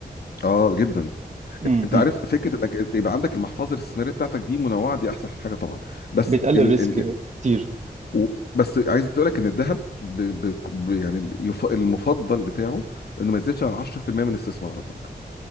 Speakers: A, on the left; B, on the right.
A: اه جدا
B: م-
A: انت عارف
B: م.
A: فكره انك يبقى عندك المحفظه الاستثماريه بتاعتك دي منوعه دي احسن حاجه طبعا بس
B: بتقلل
A: ال
B: الريسك
A: ال
B: كتير
A: و... بس عايز اقول لك ان الذهب ب... ب... ب... يعني يف... المفضل بتاعه انه ما يزيدش عن 10% من استثماراتك